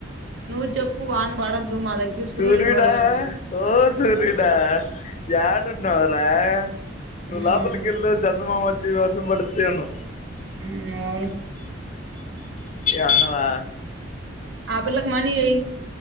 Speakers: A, on the right; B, on the left.
A: నువ్వు చెప్పు వాన బడొద్దు మా దగ్గర సూర్యుడు
B: సూర్యుడా
A: పడు అని
B: ఓ సూర్యుడా యాడున్నావురా నువ్
A: మ్
B: లోపలికెళ్ళు చందమామచ్చి వర్షం పడుద్దేను
A: మ్మ్ అవును
B: ఏండవా
A: ఆ పిల్లకి మనీ ఏయ్